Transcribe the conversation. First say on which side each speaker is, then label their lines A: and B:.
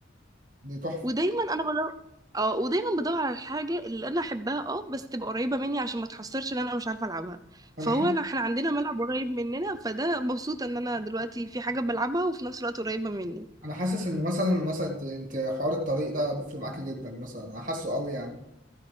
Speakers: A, on the right; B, on the right.
A: دي تحفه
B: ودايما انا بدور اه ودايما بدور على الحاجة اللي انا احبها اه بس تبقى قريبة مني عشان ما تحصرش ان انا مش عارفة العبها
A: انا
B: فهو
A: حاسس
B: انا احنا عندنا ملعب قريب مننا فده مبسوطة ان انا دلوقتي في حاجة بلعبها وفي نفس الوقت قريبة مني
A: انا حاسس ان مثلا مثلا انت انت حوار الطريق ده بيفرق معاكي جدا مثلا انا حاسه قوي يعني